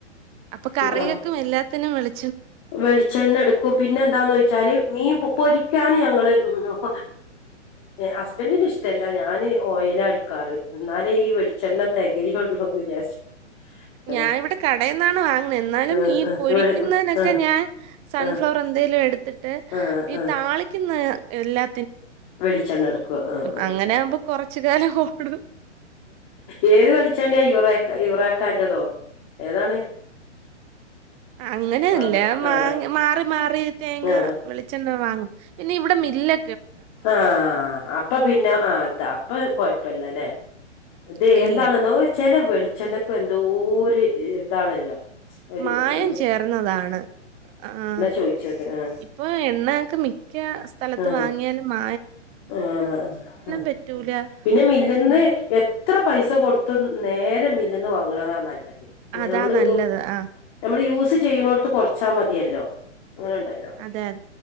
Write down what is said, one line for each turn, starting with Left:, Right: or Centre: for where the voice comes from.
Right: അപ്പൊ കറികൾക്കും
Left: ഉണ്ടാവും
Right: എല്ലാത്തിനും വെളി
Left: വെളിച്ചെണ്ണ എടുക്കും പിന്നെ എന്താന്ന് വെച്ചാല് മീൻ പൊരിക്കാന് ഞങ്ങള് ഉം ഹസ്ബൻറ്റിന്റെ. ഇവിടെല്ലാം ഞാൻ ഓയിലാ എടുക്കാറ് എന്നാലേ ഈ വെളിച്ചെണ്ണ തികയുള്ളുന്ന് വിചാരിച്ചിട്ട്. ആ
Right: ഞാൻ ഇവിടെ കടെന്നാണ് വാങ്ങണെ എന്നാലും
Left: ആ
Right: ഈ
Left: ആ
Right: പൊരിക്കുന്നതിന ഒക്കെ
Left: ആ ആ
Right: ഞാൻ സൺഫ്ലവർ എന്തെലും എടുത്തിട്ട്
Left: ആ
Right: ഈ
Left: ആ ആ
Right: താളിക്കുന്ന എല്ലാ
Left: വെളിച്ചെണ്ണ എടുക്കും ആഹ്
Right: അങ്ങനെയാവുമ്പോ
Left: ആഹ്
Right: കൊറച്ച് കാലം ഓടും.
Left: എ ഏത് വെളിച്ചെണ്ണയാ യുറാക്ക യുറാക്കാന്റെതോ ഏതാണ്.
Right: അങ്ങനെ
Left: വാങ്ങ
Right: അല്ല മാങ്ങ
Left: ആ
Right: മാറി മാറി തേങ്ങ
Left: ആ ആ ആ
Right: വെളിച്ചെണ്ണ വാങ്ങും പിന്നെ ഇവിടെ മില്ല്
Left: ആഹ് അപ്പൊ പിന്നെ ആ അതാ അപ്പൊ കൊഴപ്പില്ലല്ലേ. അതെ
Right: ആഹ്
Left: എന്താണെന്നോ
Right: ഇല്ല
Left: ചെല വെളിച്ചെണ്ണക്കും എന്തോ ഒരു ഇതാണല്ലോ? ഒര്
Right: മായം
Left: എ
Right: ചേർന്നതാണ്. ആഹ്
Left: ചോദിച്ചത് ആ
Right: ഇപ്പൊ എണ്ണ ഒക്കെ മിക്ക സ്ഥലത്ത്
Left: ആ ആ
Right: വാങ്ങിയാലും മ
Left: ആഹ് ആഹ് ആഹ്
Right: പറ്റൂല.
Left: പിന്നെ മില്ലിന്ന്
Right: ഉം.
Left: എ ത്ര പൈസ കൊടുത്ത്‌ നേരമില്ലന്ന് വാങ്ങണതാനല്ല
Right: അതാ
Left: നമ്മള്
Right: നല്ലത്. ആഹ്
Left: നമ്മള് യൂസ് ചെയ്യണോടുത്ത് കുറച്ചാ മതിയല്ലോ അങ്ങനെ ഉണ്ടല്ലോ
Right: അതെ അതെ.